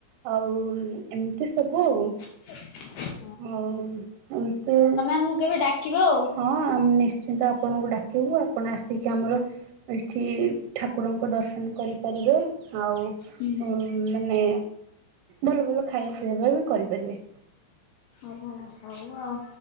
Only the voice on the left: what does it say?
ଓଃ।
ଆମକୁ କେବେ ଡାକିବ ଆଉ।
ହୁଁ।
ହୋଉ ହଉ ଆଉ।